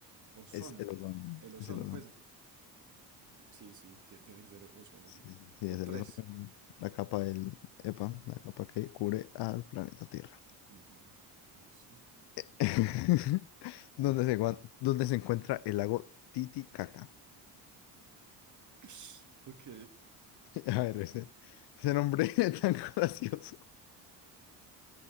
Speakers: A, on the right (about 40°); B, on the left (about 65°).
A: ozono.
B: Es el ozono,
A: El ozono,
B: es el ozono.
A: pues es- p- sí, sí, ti- tiene que ser ozono,
B: Sí,
A: sí.
B: sí, sí, sí,
A: O
B: es
A: tres.
B: el ozono. La capa del, epa,
A: Ujú.
B: la capa que cubre al planeta Tierra.
A: Ujú, Listo.
B: <laughs>
A: No.
B: ¿Dónde se, guan- dónde se encuentra el lago Titicaca?
A: <laughs> Ok.
B: <laughs> A ver, ese, ese nombre <laughs> tan gracioso